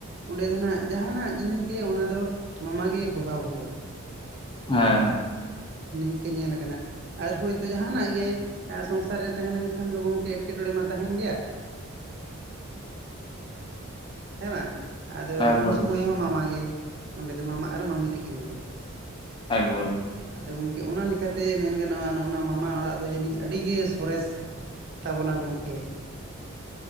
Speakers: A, on the right; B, on the left.
A: ᱚᱸᱰᱮ ᱫᱚ ᱱᱟᱜ ᱡᱟᱦᱱᱟᱜ ᱡᱤᱱᱤᱥ ᱜᱮ ᱚᱱᱟ ᱫᱚ ᱢᱟᱢᱟ ᱜᱮ ᱵᱷᱜᱟ ᱵᱷᱚᱜᱟ
B: ᱦᱮᱸ
A: ᱱᱤᱝᱠᱟᱹ ᱧᱮᱞᱟᱠᱟᱱᱟ ᱟᱨ ᱦᱳᱭᱛᱳ ᱡᱟᱦᱟᱱᱟᱜ ᱜᱮ ᱥᱚᱝᱥᱟᱨ ᱨᱮ ᱛᱟᱦᱮᱸ ᱞᱮᱱᱠᱷᱟᱱ ᱫᱚ ᱜᱚᱝᱠᱮ ᱮᱴᱠᱮᱴᱚᱬᱮ ᱢᱟ ᱛᱟᱦᱮᱱ ᱜᱮᱭᱟ ᱦᱮᱸ ᱵᱟᱝ ᱟᱫᱚ
B: ᱮᱠᱵᱟᱨᱮ
A: ᱩᱱ ᱥᱩᱚᱢᱚᱭ ᱦᱚᱸ ᱢᱟᱢᱟ ᱜᱮ ᱚᱸᱰᱮ ᱫᱚ ᱢᱟᱢᱟ ᱟᱨ ᱢᱟᱢᱤ ᱛᱟᱹᱠᱤᱱ ᱜᱮ
B: ᱦᱮᱸᱵᱚᱞ
A: ᱟᱫᱚ ᱜᱚᱢᱠᱮ ᱚᱱᱟ ᱞᱮᱠᱟᱛᱮ ᱢᱮᱱ ᱜᱟᱱᱚᱜᱼᱟᱜᱼ ᱱᱚᱣᱟ ᱢᱟᱢᱟ ᱚᱲᱟᱜ ᱫᱚ ᱡᱟᱹᱱᱤᱡ ᱟᱹᱰᱤᱜᱮ ᱥᱚᱨᱮᱥ ᱛᱟᱵᱚᱱᱟ ᱜᱚᱝᱠᱮ